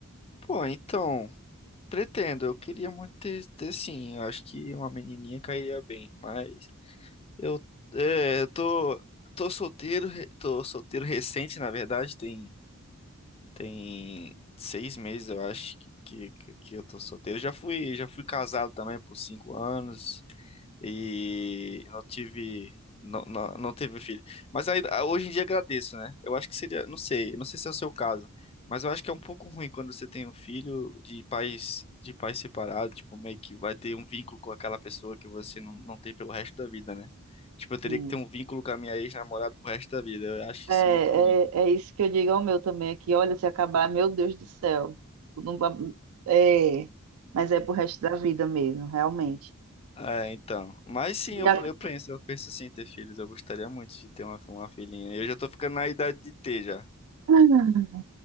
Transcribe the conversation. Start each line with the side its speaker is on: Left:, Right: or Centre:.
Left: Pô, então, pretendo, eu queria muito ter, ter sim, eu acho que uma menininha cairia bem, mas Eu, é, eu tô, tô solteiro, re- tô solteiro recente, na verdade, tem, tem seis meses, eu acho, que, que, que que eu tô solteiro. Já fui, já fui casado também por cinco anos, e não tive não, não, não teve filho. Mas aí, ah, hoje em dia agradeço, né? Eu acho que seria, não sei, não sei se é o seu caso, mas eu acho que é um pouco ruim quando você tem um filho de pais de pais separados, tipo, meio que vai ter um vínculo com aquela pessoa que você não, não tem pelo resto da vida, né? Tipo, eu teria
Right: Hum.
Left: que ter um vínculo com a minha ex-namorada pro resto da vida. Eu acho
Right: É,
Left: isso
Right: é,
Left: muito ruim.
Right: é isso que eu digo ao meu também aqui. Olha, se acabar, meu Deus do céu. Eu não vou- É, mas é pro resto da vida mesmo, realmente.
Left: É, então. Mas sim,
Right: E
Left: eu, eu penso, eu penso sim em ter filhos. Eu gostaria muito de ter uma, uma filhinha. Eu já tô ficando na idade de ter já.
Right: a-